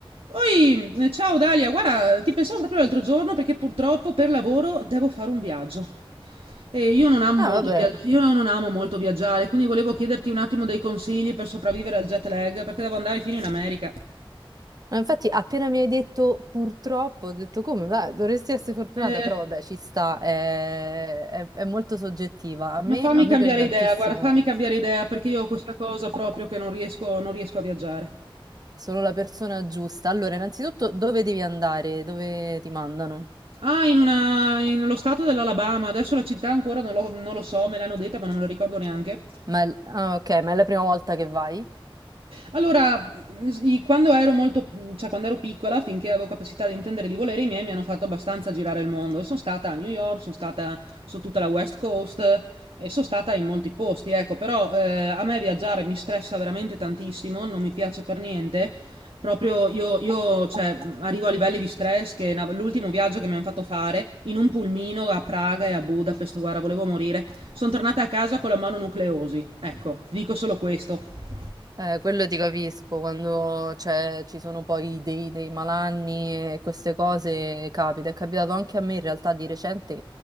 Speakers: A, on the right; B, on the right.
A: Poi, eh, ciao Dalia, guarda, ti pensavo proprio l'altro giorno perché purtroppo per lavoro devo fare un viaggio. E io non amo
B: Ah,
A: molto
B: vabbè.
A: via- io non amo molto viaggiare, quindi volevo chiederti un attimo dei consigli per sopravvivere al jet lag, perché devo andare fino in America.
B: Ma Infatti, appena mi hai detto purtroppo, ho detto come, va, dovresti essere fortunata,
A: Eh,
B: però vabbè, ci sta, è, è- è molto soggettiva. A me,
A: ma fammi
B: a me
A: cambiare
B: piace tantissimo,
A: idea, guarda, fammi cambiare idea perché io ho questa cosa proprio che non riesco, non riesco a viaggiare.
B: sono la persona giusta. Allora, innanzitutto, dove devi andare? Dove ti mandano?
A: Ah, in una, in lo stato dell'Alabama, adesso la città ancora non lo, non lo so, me l'hanno detta ma non me lo ricordo neanche.
B: Ma è- ah, ok, ma è la prima volta che vai?
A: Allora, i- quando ero molto, cioè quando ero piccola, finché avevo capacità di intendere e di volere, i miei mi hanno fatto abbastanza girare il mondo. E sono stata a New York, sono stata su tutta la West Coast e sono stata in molti posti, ecco. Però eh, a me viaggiare mi stressa veramente tantissimo, non mi piace per niente. Proprio io, io, cioè, arrivo a livelli di stress che na- l'ultimo viaggio che mi hanno fatto fare in un pulmino a Praga e a Budapest, guarda, volevo morire. Sono tornata a casa con la mano nucleosi. Ecco, dico solo questo.
B: Eh, quello ti capisco, quando c'è- ci sono poi dei, dei malanni e queste cose capita. È capitato anche a me in realtà di recente